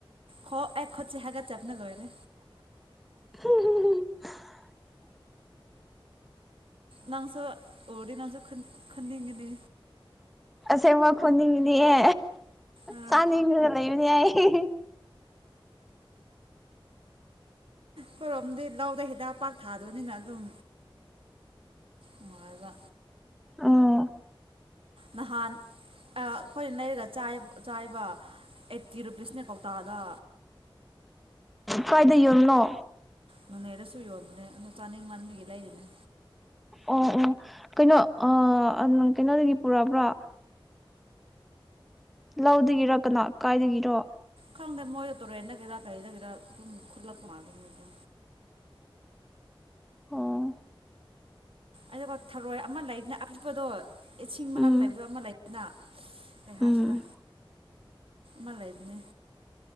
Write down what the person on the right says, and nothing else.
ꯈꯣ ꯑꯦ ꯈꯨꯠꯁꯦ ꯍꯥꯏꯒꯠꯆꯕꯅ ꯂꯣꯏꯔꯦ
ꯅꯪꯁꯨ ꯎꯔꯗꯤ ꯅꯪꯁꯨ ꯈꯟꯅꯤꯡꯒꯅꯤ
ꯑꯥ
ꯈꯣꯢꯔꯣꯝꯗꯤ ꯂꯧꯗ ꯍꯤꯗꯥꯛ ꯄꯥꯛ ꯊꯥꯗꯕꯅꯤꯅ ꯑꯗꯨꯝ ꯅꯨꯡꯉꯥꯢꯕ
ꯅꯍꯥꯟ ꯑꯩꯈꯣꯏꯅ ꯂꯩꯔꯒ ꯆꯥꯏꯌꯦ ꯆꯥꯢꯌꯦꯕ ꯑꯩꯠꯇꯤ ꯔꯨꯄꯤꯁꯅꯦ ꯀꯧꯇꯥꯗ
ꯅꯣꯅꯦꯗꯁꯨ ꯌꯣꯟꯕꯅꯦ ꯑꯗꯣ ꯆꯥꯅꯤꯡ ꯃꯟꯕꯒꯤ ꯂꯩꯔꯤꯅꯦ
ꯈꯪꯗꯦ ꯃꯣꯏꯗ ꯇꯨꯔꯦꯟꯗꯒꯤꯔ ꯀꯩꯗꯒꯤꯔ ꯑꯗꯨꯝ ꯈꯨꯜꯂꯛꯄ ꯃꯥꯜꯂꯦ ꯃꯣꯏꯗꯣ
ꯑꯩꯗꯤꯀꯣ ꯊꯔꯣꯏ ꯑꯃ ꯂꯩꯗꯅ ꯑꯄꯤꯛꯄꯗꯣ ꯏꯁꯤꯡ
ꯃꯅꯥꯛꯛꯇ ꯂꯩꯕꯗ ꯑꯃ ꯂꯩꯗꯅ ꯀꯩ ꯍꯥꯏꯥꯏꯁꯤꯔ
ꯍꯂ ꯏꯅꯦ